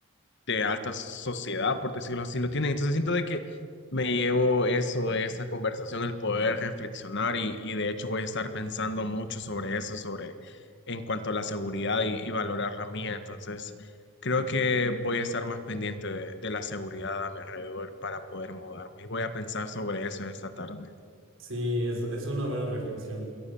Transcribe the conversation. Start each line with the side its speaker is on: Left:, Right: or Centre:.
Left: de alta sociedad, por decirlo así, lo tienen. Entonces siento de que me llevo eso de esta conversación, el poder reflexionar y, y de hecho voy a estar pensando mucho sobre eso, sobre en cuanto a la seguridad y, y valorar la mía. Entonces creo que voy a estar más pendiente de, de la seguridad a mi alrededor para poder mudarme y voy a pensar sobre eso esta tarde.
Right: sí, es, es una buena reflexión.